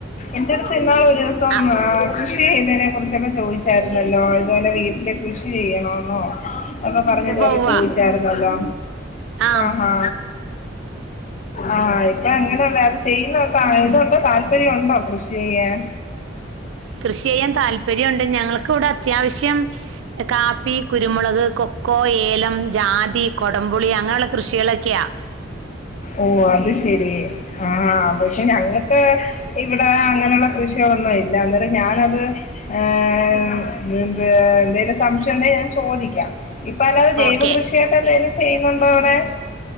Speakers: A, on the left; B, on the right.
A: എൻ്റെ എടുത്ത് ഇന്നാൾ ഒരു ദിവസം
B: ആ
A: ആഹ് കൃഷി ചെയ്തതിനെ കുറിച്ചൊക്കെ ചോദിച്ചായിരുന്നല്ലോ ഇതുപോലെ വീട്ടിൽ കൃഷി ചെയ്യണോന്നോ അപ്പം പറഞ്ഞ്
B: ഉവ്വ
A: ഇതുപോലെ
B: ഉവ്വ
A: ചോദിച്ചായിരുന്നല്ലോ
B: ആ
A: ആഹ് ആഹ് ഇപ്പൊ അങ്ങനെയള്ളേ അത് ചെയ്യുന്നുണ്ടോ താല്പര്യം ഉണ്ടോ കൃഷി ചെയ്യാൻ
B: കൃഷി ചെയ്യാൻ താല്പര്യംണ്ട് ഞങ്ങക്ക് ഇവിടെ അത്യാവശ്യം കാപ്പി കുരുമുളക്, കൊക്കോ, ഏലം, ജാതി, കൊടപുളി, അങ്ങനെയുള്ള കൃഷികളൊക്കെയാ
A: ഓഹ് അത് ശരി ആഹ് പക്ഷെ ഞങ്ങക്ക് ഇവിടെ അങ്ങനെയുള്ള കൃഷികളൊന്നും ഇല്ല അന്നേരം ഞാനത് ഏഹ് എ എന്തെലും സംശയം ഉണ്ടെങ്കിൽ ഞാൻ ചോദിക്കാം ഇപ്പൊ അല്ലാതെ ജൈവ
B: ഓക്കെ
A: കൃഷിയായിട്ട് എന്തെലും ചെയ്യുന്നുണ്ടോ അവിടെ